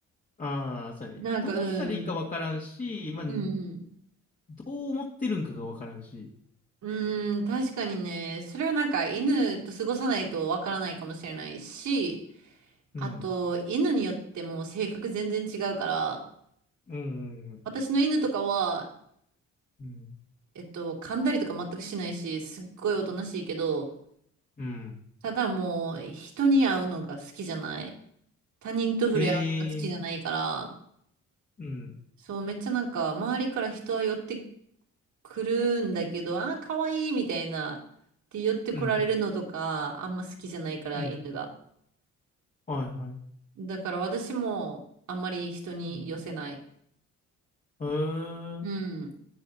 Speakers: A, on the left; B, on the right.
A: ああ、そうやね。
B: なんか、
A: どうしたらいいかわからんし、
B: うん。
A: まあ、ど
B: うん
A: う思ってるんかがわからんし。
B: うん。うーん、確かにね、それはなんか犬と過ごさないとわからないかもしれないし、
A: うん、
B: あと、犬によっても性格全然違うから、
A: うん、うん、
B: 私の犬とかは、
A: うん。
B: えっと、噛んだりとか全くしないし、すっごいおとなしいけど、
A: うん。
B: ただもう、人に会うのが好きじゃない。他人と触れ合うのが好きじゃないから、
A: ええー、うん、
B: そう、めっちゃなんか、周りから人は寄ってくるんだけど、あー、かわいいみたいな、って寄ってこられるのとか、
A: うん、
B: あんま好きじゃないから、
A: うん。
B: 犬が。
A: はいはい。
B: だから私も、あんまり人に寄せない。
A: うん。へ
B: うん。